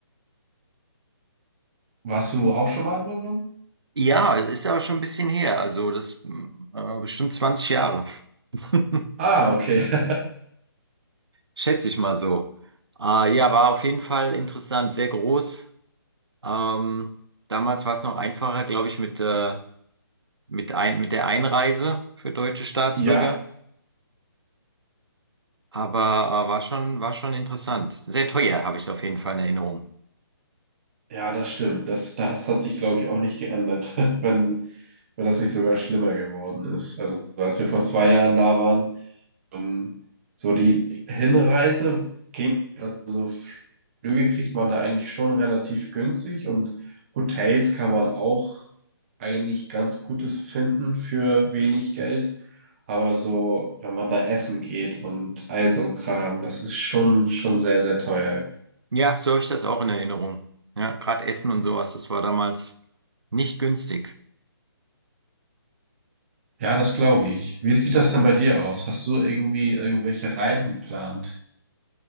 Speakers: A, on the right (about 30°); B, on the right (about 80°).
A: Warst du auch schon mal in London?
B: Ja, ist aber schon ein bisschen her, also das mh, äh, bestimmt 20 Jahre. <laughs>
A: Ah, okay. <laughs>
B: Schätze ich mal so. Äh, ja, war auf jeden Fall interessant, sehr groß. Ähm, damals war es noch einfacher, glaube ich, mit, äh, mit, ein, mit der Einreise für deutsche Staatsbürger.
A: Ja,
B: Aber äh, war schon, war schon interessant. Sehr teuer, habe ich es auf jeden Fall in Erinnerung.
A: ja, das stimmt. Das, das hat sich, glaube ich, auch nicht geändert, <laughs> wenn, wenn das nicht sogar schlimmer geworden ist. Also als wir vor zwei Jahren da waren, Ähm, so die Hinreise ging, also Flüge kriegt man da eigentlich schon relativ günstig und Hotels kann man auch eigentlich ganz Gutes finden für wenig Geld. Aber so, wenn man da essen geht und all so ein Kram, das ist schon, schon sehr, sehr teuer.
B: Ja, so habe ich das auch in Erinnerung. Ja, gerade Essen und sowas, das war damals nicht günstig.
A: Ja, das glaube ich. Wie sieht das denn bei dir aus? Hast du irgendwie irgendwelche Reisen geplant?